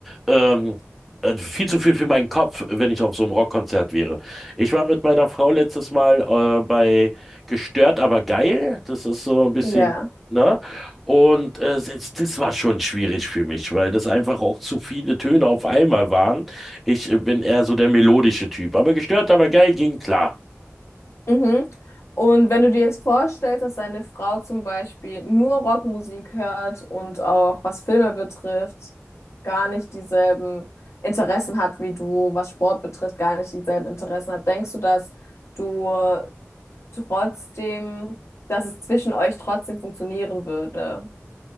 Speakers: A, in the centre; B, on the left.
A: ähm, äh, viel zu viel für meinen Kopf, wenn ich auf so einem Rockkonzert wäre. Ich war mit meiner Frau letztes Mal äh, bei Gestört, aber geil. Das ist so ein bisschen,
B: Ja.
A: ne? Und äh, selbst das war schon schwierig für mich, weil das einfach auch zu viele Töne auf einmal waren. Ich äh, bin eher so der melodische Typ. Aber gestört, aber geil ging klar.
B: Mhm. Und wenn du dir jetzt vorstellst, dass deine Frau zum Beispiel nur Rockmusik hört und auch was Filme betrifft, gar nicht dieselben Interessen hat wie du, was Sport betrifft, gar nicht dieselben Interessen hat, denkst du, dass du trotzdem, dass es zwischen euch trotzdem funktionieren würde?